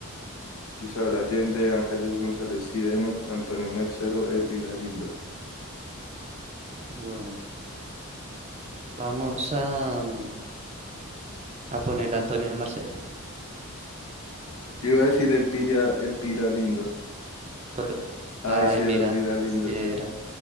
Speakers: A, on the left (about 75°); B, on the right (about 30°).
A: Isabel Allende, Ángeles González Cidene, Antonio Mercero, Elvira Lindo.
B: Bueno, vamos a, mm, a poner a Antonio Marcelo.
A: Yo iba a decir Elvira, Elvira Lindo.
B: Colo-
A: Ay,
B: Ay,
A: sí,
B: mira,
A: era Elvira Lindo,
B: si era.
A: sí.